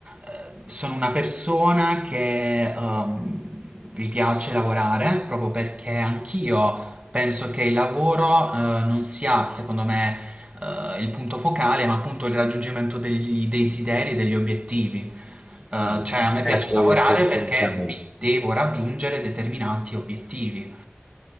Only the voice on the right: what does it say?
eh, sono una persona che ehm, gli piace lavorare proprio perché anch'io penso che il lavoro eh, non sia, secondo me, eh, il punto focale, ma appunto il raggiungimento degli desideri e degli obiettivi. Eh,
cioè, a me
piace
lavorare
perché mi devo raggiungere determinati obiettivi.